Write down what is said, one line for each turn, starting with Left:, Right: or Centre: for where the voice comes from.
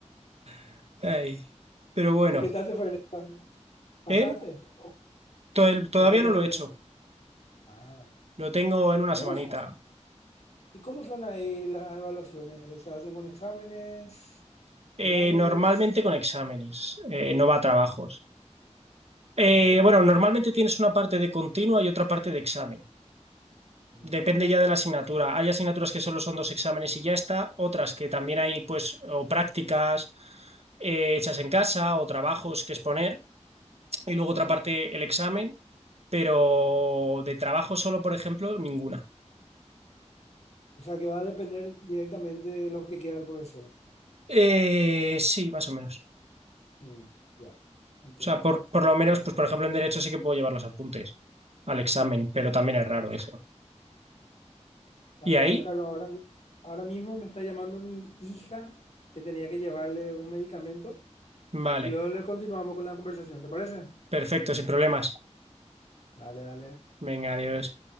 Right: <laughs> Ay, Pero bueno,
Left: ¿Y qué tal te fue? el examen? ¿Pasaste?
Right: ¿eh? To- todavía
Left: ¿Qué tal te
Right: no
Left: fue?
Right: lo he
Left: el-
Right: hecho,
Left: examen? Ah.
Right: lo tengo en una
Left: ¿Y cómo,
Right: semanita.
Left: ¿Y cómo son ahí las evaluaciones? ¿Se hacen con exámenes, finales?
Right: Eh, normalmente con exámenes, eh, no va a trabajos.
Left: Mm,
Right: Eh,
Left: mm,
Right: bueno, normalmente tienes una parte de continua y otra parte de examen.
Left: mm.
Right: Depende ya de la asignatura. Hay asignaturas que solo son dos exámenes y ya está, otras que también hay, pues, o prácticas eh, hechas en casa o trabajos que exponer, y luego otra parte el examen, pero de trabajo solo, por ejemplo, ninguna.
Left: O sea que va a depender directamente de lo que quiera el profesor.
Right: Eh, sí, más o menos.
Left: Mm, ya, entiendo,
Right: O sea,
Left: Carlos.
Right: por, por lo menos, pues, por ejemplo, en derecho sí que puedo llevar los apuntes al examen, pero también es raro eso.
Left: Dale,
Right: ¿Y ahí?
Left: vale, Carlos. Ahora, mi- ahora mismo me está llamando mi hija que tenía que llevarle un medicamento
Right: Vale,
Left: y luego le continuamos con la conversación. ¿Te parece?
Right: perfecto, sin problemas.
Left: Dale, dale.
Right: Venga, adiós.